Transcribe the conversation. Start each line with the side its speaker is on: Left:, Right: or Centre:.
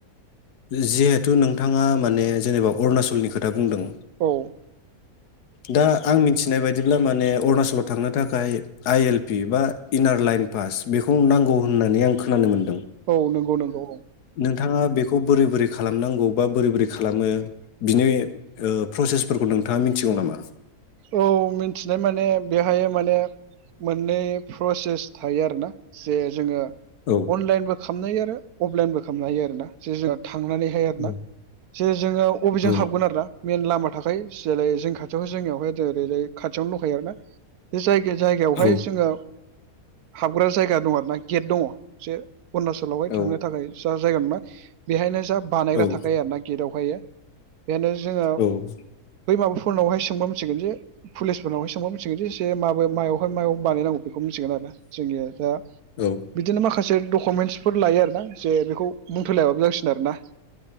Left: जिहेथु नोंथाङा माने जेनेबा अरुणाचलनि खोथा बुंदों
Right: औ
Left: दा आं मिथिनाय बायदिब्ला माने अरुणाचलाव थांनो थाखाय आइ एल पि बा इनार लाइन पास बेखौ नांगौ होननानै आं खोनानो मोन
Right: औ नंगौ नंगौ औ
Left: नोंथाङा बे खौ बोरै बोरै खालामनांगौ बा बोरै बोरै खालामो बिनि प्रसेसफोरखौ नोंथाङा मिथिगौ नामा
Right: औ मिथिनाय माने बेहाय माने मोननै प्रसेस थायो आरो ना जे जोङो
Left: औ
Right: अनलाइनबो खामनाय आरो। अफलाइन बबो खालामनो हायो आरो ना जे जुन थांनानैहाय आरोना
Left: औ
Right: जे जोङो अबेजों
Left: औ
Right: हाबगोन आरोोना मेन लामा थाखाय जाय जों खाथि बे जोंनियावहाय एरैजाय खाथियावनो दंखायो आरो ना बे जायगायाव जायगायावहाय
Left: औ
Right: जोङो हाबग्रा जायगा दं आरो ना गेट दङ जे अरुणाचलावहाय
Left: औ
Right: थांनो थाखाय जा जायगा मोनबाय बेहायलाय बानायग्रा
Left: औ
Right: थाखाय आरो ना गेटआव मायो बेयानो जोङो,
Left: औ
Right: बै माबाफोरावहाय सोंबा मि मिथिगोन जे पुलिसफोरनावहाय सोंबा मिथिगोन जे जे माबे मायावहाय मायाव बानायनांगौ बेखौ मिथिगोन आरो जोंनिया दा,
Left: औ
Right: बिदिनो माखा माखासे डकुमेन्टसफोर लायो आरो ना जे बेखौ बुंथलायबाबो जासिगोन आरो ना।